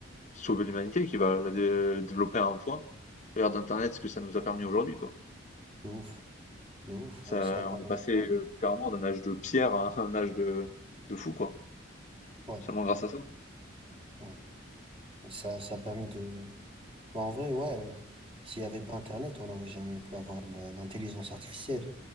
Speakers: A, on the left; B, on the right.
A: sauver l'humanité, qui va la dé- développer à un point. L'ère d'Internet, ce que ça nous a permis aujourd'hui, quoi.
B: De ouf, de ouf,
A: Ça,
B: ouais, ça a permis,
A: on est passé
B: ouais,
A: euh, littéralement d'un âge de pierre à un âge de, de fou, quoi.
B: ouais.
A: Seulement grâce à ça.
B: ouais. Ça, ça a permis de, Bah, en vrai, ouais, euh, s'il n'y avait pas Internet, on n'aurait jamais pu avoir la- l'intelligence artificielle.